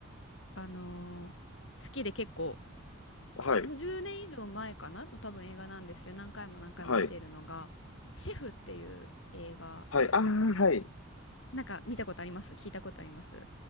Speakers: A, on the left; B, on the left.
A: あのー好きで結構、
B: はい。
A: もう10年以上前かなの多分映画なんですけど、何回も何回も見てるのが、
B: はい。
A: シェフっていう映画、
B: はい。ああ、はい。
A: なんか見たことあります聞いたことあります